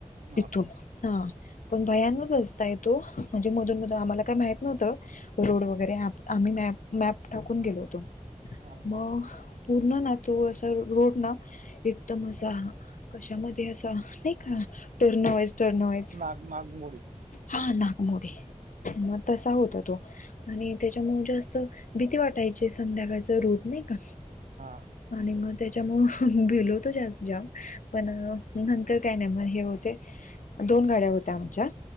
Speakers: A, on the right; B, on the left.
A: हा
B: तिथून हा पण भयांनक रस्ता आहे तो म्हणजे मधून मधून आम्हाला काय माहित नव्हतं. रोड वगैरे, आम्ही मॅ-मॅप टाकून गेलो होतो,
A: हा
B: मग
A: हा
B: पूर्ण ना तो असा रोड ना. एकदम असा, कशामध्ये असा, नाही का. टर्नवाईस-टर्नवाईस
A: नाग नागमोडी
B: हा नागमोडे. मग
A: हा
B: तसा होता तो. आणि त्याच्यामुळे जास्त, भीती वाटायची संध्याकाळचा रूट नाही का.
A: हा.
B: आणि मग त्याच्यामुळे, भिल होतो जास्त जाम, पण नंतर काय नाही, म हे होत. ते दोन गाड्या होत्या आमच्या.